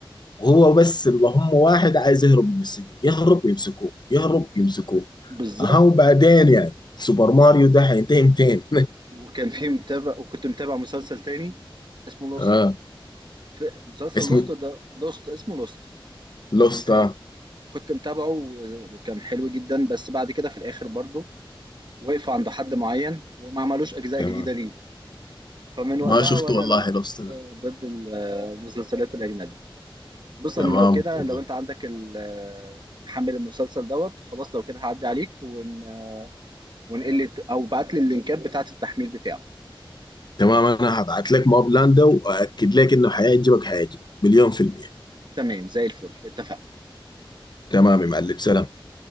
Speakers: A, on the left; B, on the right.
A: وهو بس اللهم واحد عايز يهرب من السجن يهرب يمسكوه يهرب يمسكوه
B: بالظبط
A: اها وبعدين يعني سوبر ماريو ده هينتهي 200
B: وكان في متابع وكنت متابع مسلسل تاني
A: <laughs>
B: اسمه لوست
A: اه
B: في مسلسل
A: اسمه
B: لوست ده لوست اسمه لوست
A: لوستا
B: آه كنت متابعه و- وكان حلو جدا بس بعد كده في الاخر برضه وقف عند حد معين وما عملوش اجزاء
A: تمام
B: جديده ليه فمن
A: ما
B: وقتها
A: شفته
B: وانا
A: والله
B: لا
A: لوست ده
B: ضد المسلسلات الاجنبي بص
A: تمام
B: انا لو كده
A: تمام
B: لو انت عندك ال- محمل المسلسل دوت خلاص لو كده هعدي عليك ون... ونقل او بعت لي اللينكات بتاعت التحميل بتاعه
A: تمام انا هبعت لك ماب لاند ده واكد لك انه حيعجبك حيعجبك مليون في المية
B: تمام زي الفل اتفقنا
A: تمام يا معلم سلام